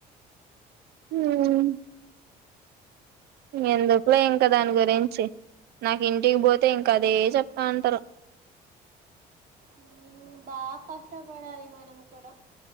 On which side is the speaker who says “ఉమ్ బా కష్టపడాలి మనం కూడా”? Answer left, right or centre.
Right